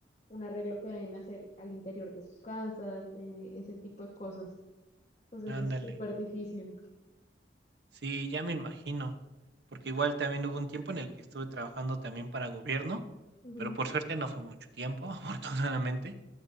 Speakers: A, on the left; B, on the right.
A: un arreglo que deben hacer al interior de sus casas, eh, ese tipo de cosas. Entonces
B: ándale.
A: es súper difícil.
B: Sí, ya me imagino, porque igual también hubo un tiempo en el que estuve trabajando también para gobierno,
A: Ujú,
B: pero por suerte no fue mucho tiempo, <laughs> afortunadamente.